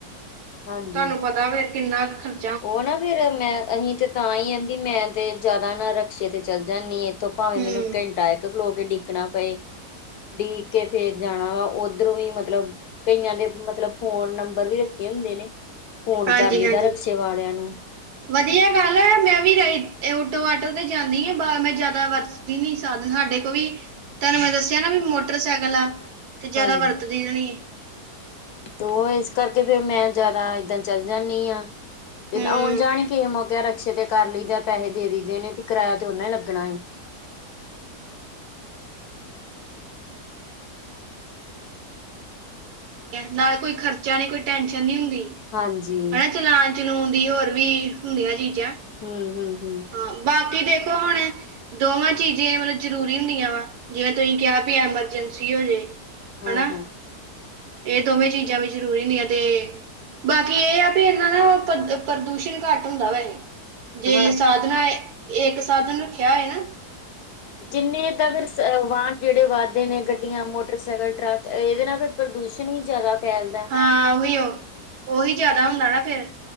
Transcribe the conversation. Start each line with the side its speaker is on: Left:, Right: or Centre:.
Left: ਹਾਂਜੀ
Right: ਤਾਨੂੰ ਪਤਾ ਵੇ, ਕਿੰਨਾ ਖਰ
Left: ਉਹ ਨਾ, ਫੇਰ ਮੈਂ ਅਸੀਂ ਤੇ ਤਾਂ ਹੀ ਆ ਵੀ, ਮੈਂ ਤੇ ਜ਼ਿਆਦਾ ਨਾ ਰਕਸ਼ੇ ਤੇ ਚੱਲ ਜਾਂਨੀ ਐ। ਤੇ ਭਾਵੇਂ
Right: ਹੂੰ
Left: ਮੈਨੂੰ ਘੰਟਾ ਐ ਖਲੋ ਕੇ ਡੀਕਣਾ ਪਏ, ਡੀਕ ਕੇ ਫੇਰ ਜਾਣਾ, ਉੱਧਰੋਂ ਵੀ ਮਤਲਬ। ਕਈਆਂ ਦੇ ਮਤਲਬ ਫੋਨ ਨੰਬਰ ਵੀ ਰੱਖੇ ਹੁੰਦੇ ਨੇ। ਫੋਨ
Right: ਹਾਂਜੀ
Left: ਕਰ ਲਈਦਾ
Right: -ਹਾਂਜੀ।
Left: ਰਕਸ਼ੇ ਵਾਲਿਆਂ ਨੂੰ
Right: ਵਧੀਆ ਗੱਲ ਏ, ਮੈਂ ਵੀ ਰਾ ਔਟੋ- ਆਟੋ ਤੇ ਜਾਂਨੀ ਆ ਬਾਹ ਮੈਂ ਜਿਆਦਾ ਵਰ ਦੀ ਨੀ ਸਾਧਨ ਸਾਡੇ ਕੋਲ ਵੀ, ਤਾਨੂੰ ਮੈਂ ਦੱਸਿਆ ਨਾ, ਵੀ ਮੋਟਰਸਾਈਕਲ ਆ ਤੇ ਜਿਆਦਾ
Left: ਹਾਂਜੀ
Right: ਵਰਤ। ਰੀਦਣੀ।
Left: ਦੋ ਹੇ ਇਸ ਕਰਕੇ ਫੇਰ ਮੈਂ ਜ਼ਿਆਦਾ ਏਦਨ ਚੱਲ ਜਾਂਨੀ ਆਂ। ਤੇ
Right: ਹੂੰ
Left: ਆਉਣ- ਜਾਣ ਕਿਸੇ ਮੋਕੇ ਰਕਸ਼ੇ ਤੇ ਕਰ ਲਈਦਾ ਪੈਸੇ ਦੇ ਦੀ ਨੇ ਵੀ, ਕਿਰਾਇਆ ਤੇ ਉਨਾ ਹੀ ਲੱਗਣਾ ਏ।
Right: ਨਾਲੇ ਕੋਈ ਖਰਚਾ ਨੀ ਕੋਈ ਟੈਸ਼ਨ ਨੀਂ ਹੁੰਦੀ
Left: ਹਾਂਜੀ
Right: ਹਨਾ ਚਲਾਉਣ। ਚਲੂਣ ਦੀ ਹੋਰ ਵੀ ਹੁੰਦੀਆਂ ਚੀਜ਼ਾਂ।
Left: ਹਮ -ਹਮ -ਹਮ।
Right: ਹਅ ਬਾਕੀ ਦੇਖੋ ਹੁਣ। ਦੋਵਾਂ ਚੀਜ਼ਾਂ ਹੀ ਮਤਲਬ ਜ਼ਰੂਰੀ ਹੁੰਦੀਆਂ ਵਾ, ਜਿਵੇਂ ਤੁਸੀਂ ਕਿਹਾ ਵੀ ਐਮਰਜੈਂਸੀ ਹੋ ਜੇ।
Left: ਹਾਂ-
Right: ਹਨਾ
Left: ਹਾਂ।
Right: ਇਹ ਦੋਵੇਂ ਚੀਜ਼ਾਂ ਵੀ ਜ਼ਰੂਰੀ ਨੀਂ ਆ ਤੇ। ਬਾਕੀ ਇਹ ਆ ਵੀ, ਇਹਨਾਂ ਨਾਲੋ ਪਰ -ਪਦ -ਪ੍ਰਦੂਸ਼ਣ ਘੱਟ ਹੁੰਦਾ, ਵੈਹੇ। ਜੇ
Left: ਹਾਂ।
Right: ਸਾਧਨਾ ਇੱਕ ਸਾਧਨ ਰੱਖਿਆ ਹੋਇਆ ਨਾ।
Left: ਜਿੰਨੇ ਤਾਂ ਫੇਰ ਸ- ਵਾਹਨ ਜਿਹੜੇ ਵੱਧਦੇ ਨੇ- ਗੱਡੀਆਂ, ਮੋਟਰਸਾਈਕਲ, ਟਰੱਕ। ਤ ਇਹਦੇ ਨਾਲ ਫੇਰ ਪ੍ਰਦੂਸ਼ਣ ਵੀ ਜਿਆਦਾ ਫੈਲਦਾ।
Right: ਹਾਂ ਉਹੀ ਉਹ ਉਹੀ ਜ਼ਿਆਦਾ ਹੁੰਦਾ ਨਾ ਫੇਰ।